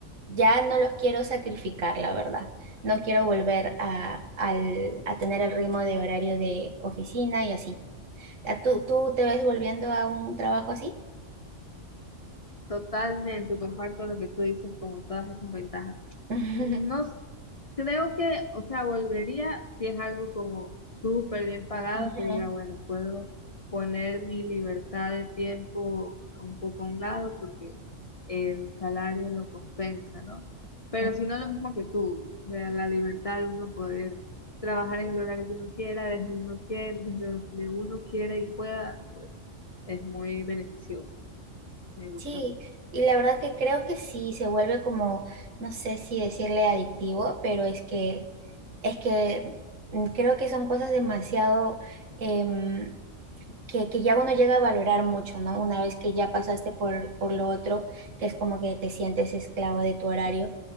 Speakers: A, on the right; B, on the left.
A: ya no los quiero sacrificar, la verdad. No quiero volver a, al- a tener el ritmo de horario de oficina y así. ¿Tú, tú te ves volviendo a un trabajo así?
B: Totalmente, comparto lo que tú dices, como todas esas ventajas.
A: <laughs>
B: No s- creo que, o sea, volvería si es algo como súper bien pagado,
A: Ujú.
B: que diga, bueno, puedo poner mi libertad de tiempo un poco a un lado porque el salario lo compensa, ¿no? Pero
A: Ujú.
B: si no, lo mismo que tú, o sea, la libertad de uno poder trabajar en el horario que uno quiera, desde uno quiera, desde donde uno quiera y pueda, pues es muy beneficioso, me gusta
A: Sí,
B: mucho.
A: y la verdad que creo que sí se vuelve como, no sé si decirle adictivo, pero es que, es que mm, creo que son cosas demasiado, em, que, que ya uno llega a valorar mucho, ¿no? Una vez que ya pasaste por, por lo otro, que es como que te sientes esclavo de tu horario,